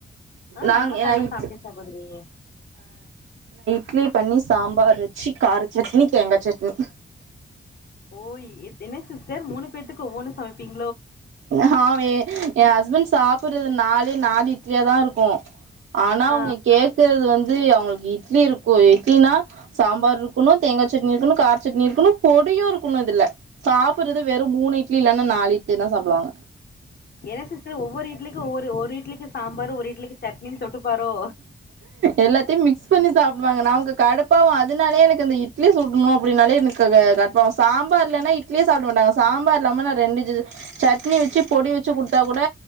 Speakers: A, on the left; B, on the right.
A: அ
B: நாங்க
A: நானு கால்ல
B: நா இட்லி
A: சாப்ட்டே சகோதரி
B: ட்லி பண்ணி சாம்பார் வச்சி கார சட்னி தேங்கா சட்னி
A: ஓயி என்ன சிஸ்டர் மூணு பேத்துக்கு ஒவ்வொன்னு சமப்பீங்
B: ஹா வே எ ஹஸ்பண்ட் சாப்புறது நாலே நாலு இட்லியா தா இருக்கு ஆனா
A: ஆ
B: அவுங்க கேக்குறது வந்து அவுங்க ட்லி இருக்கு இட்லினா சாம்பார்ருக்கணு தேங்கா சட்னி இருக்கணு கார சட்னி இருக்கணு பொடியு இருக்கணு இதுல சாப்புறது வெறு மூணு இட்லி இல்லன்னா நாலு இ ட்லிதா சாப்டுவாங்க
A: என்ன சிஸ்டர் ஒவ்வொரு இட்லிக்கு ஒவ்வொ ரு ஒரு இட்லிக்கு சாம்பாரு ஒரு இட்லிக்கு சட்னின் தொட்டுப்பாரோ
B: எல்லாத்தையு மிக்ஸ் பண்ணி சாப்டுவாங்க நமக்கு கடுப்பாவு அதுனாலே எனக்கு இந்த இட்லி சுட்ணு அப்டினாலே எனக்குக கடுப்பாவு சாம்பார் இல்லனா இட்லியே சாப்ட மாட்டாங்க சாம்பார் இல்லாம நா ரெண்டு சட்னி வச்சு பொடி வச்சு குடீத்தா கூட